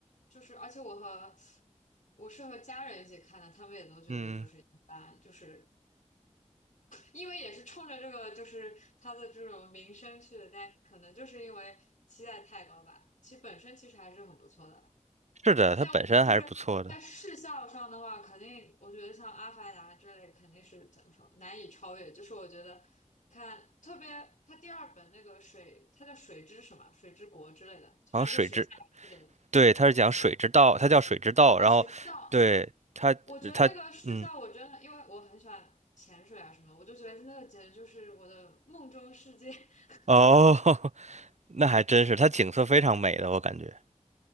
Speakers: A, on the left (about 80°); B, on the right (about 65°).
A: 就是而且我和我是和家人一起看的，他们也都觉得就是一般，
B: 嗯，
A: 就是因为也是冲着这个就是他的这种名声去的，但可能就是因为期待太高吧。其实本身其实还是很不错的，
B: 是的，它本身还是不错的，
A: 但我就是在视效上的话，肯定我觉得像《阿凡达》这类肯定是怎么说难以超越，就是我觉得。看，特别它第二本那个水，它叫水之什么，水之国之类的，
B: 好像水之，
A: 反正就水下世界的。
B: 对，它是讲水之道，它叫水之道，
A: 哦，
B: 然后对它它嗯。
A: 水之道啊，我觉得那个视角，我真的因为我很喜欢潜水啊什么，我就觉得那个简直就是我的梦中世界。<laughs>
B: 哦，<laughs> 那还真是，它景色非常美的，我感觉